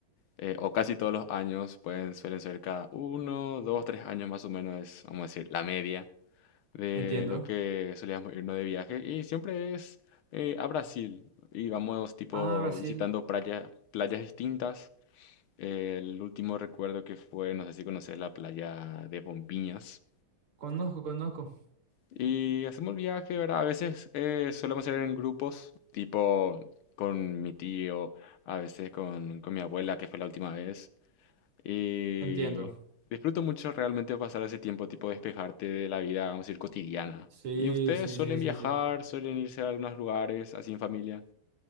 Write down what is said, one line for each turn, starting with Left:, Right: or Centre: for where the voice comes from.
Left: eh, o casi todos los años, pueden, suelen ser cada uno, dos, tres años más o menos, es, vamos a decir, la media de
Right: Entiendo.
Left: lo que solíamos irnos de viaje. Y siempre es eh, a Brasil y vamos tipo
Right: Ah, Brasil.
Left: visitando playas, playas distintas. El último recuerdo que fue, no sé si conoces la playa de Bombiñas.
Right: Conozco, conozco.
Left: Y hacemos el viaje, ¿verdad? A veces eh, solemos ir en grupos, tipo con mi tío, a veces con, con mi abuela, que fue la última vez. Y
Right: Entiendo.
Left: disfruto mucho realmente pasar ese tiempo, tipo despejarte de la vida, vamos a decir, cotidiana.
Right: Sí,
Left: ¿Y ustedes
Right: sí,
Left: suelen
Right: sí, sí,
Left: viajar,
Right: sí.
Left: suelen irse a algunos lugares así en familia?